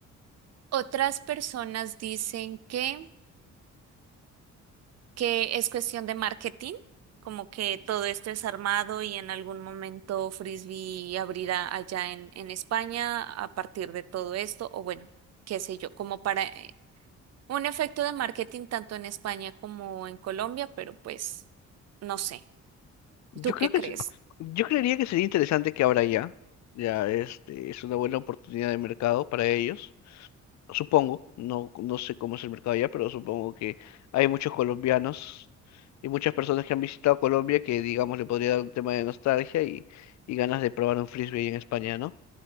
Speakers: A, on the right; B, on the left.
A: Otras personas dicen que, que es cuestión de marketing, como que todo esto es armado y en algún momento Frisbee abrirá allá en, en España a partir de todo esto, o bueno, qué sé yo, como para eh, un efecto de marketing tanto en España como en Colombia, pero pues no sé,
B: Yo
A: ¿tú
B: creo
A: qué
B: que
A: crees?
B: es- yo creería que sería interesante que ahora ya, ya este, es una buena oportunidad de mercado para ellos. Supongo, no, no sé cómo es el mercado allá, pero supongo que hay muchos colombianos y muchas personas que han visitado Colombia que, digamos, le podría dar un tema de nostalgia y, y ganas de probar un frisbee ahí en España, ¿no?